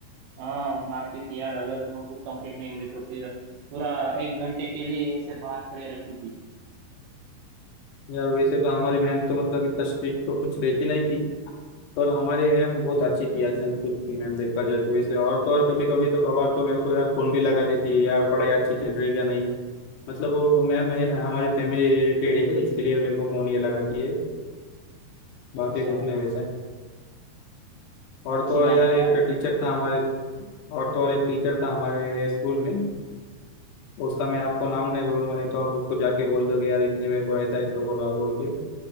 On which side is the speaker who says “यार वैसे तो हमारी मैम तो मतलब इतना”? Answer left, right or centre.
Left